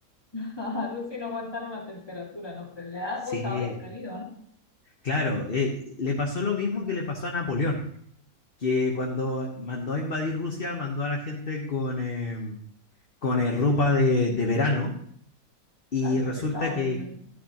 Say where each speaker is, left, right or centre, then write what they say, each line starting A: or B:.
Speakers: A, on the left; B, on the left.
A: <laughs> a Rusia y no aguantaron la temperatura, ¿no? Pero le da
B: sí,
A: osado y atrevido, ¿no?
B: claro, eh, le pasó lo mismo que le pasó a Napoleón, que cuando mandó a invadir Rusia, mandó a la gente con, eh, con eh, ropa de, de verano. Y
A: Ay,
B: resulta
A: qué pecado.
B: que
A: Dios